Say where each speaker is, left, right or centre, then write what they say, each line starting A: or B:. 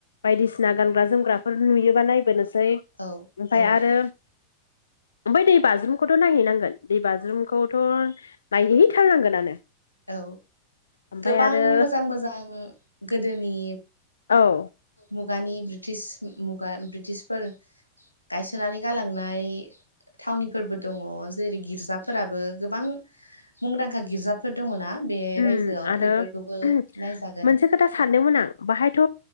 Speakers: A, on the left; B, on the left.
A: बायदिसिना गानग्रा-जोमग्राफोर नुयोबा नायबोनोसै। ओमफाय
B: औ औ
A: आरो ओमफाय दै बाज्रुमखौथ' नायहैनांगोन दै बाज्रुम खौथ' नायहैथारनांगोनानो।
B: औ
A: ओमफाय
B: गोबां
A: आरो
B: मोजां मोजां गोदोनि
A: औ।
B: मुगानि ब्रिटिश मुगा ब्रिटिशफोर गायस'ननानै गालांनाय थावनिफोरबो दङ' जेरै गिर्जाफोराबो गोबां मुंदांखा गिर्जाफोर दङ'ना बे
A: उम
B: रायजोआव
A: आरो
B: बेफोरखौबो नायजागोन।
A: मोनसे खोथा सानदोंमोन आं बाहायथ'